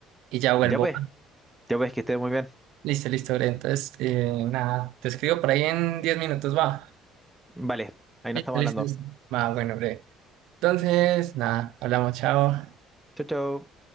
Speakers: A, on the right; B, in the centre.
A: y ya vuelvo.
B: Ya pues, ya pues, que estés muy bien.
A: Listo, listo, Bren. Entonces, eh, nada, te escribo por ahí en 10 minutos, va.
B: Vale, ahí
A: Listo,
B: nos estamos
A: listo,
B: hablando.
A: listo. Va, bueno, breve. Entonces, nada, hablamos, chao.
B: Chau, chau.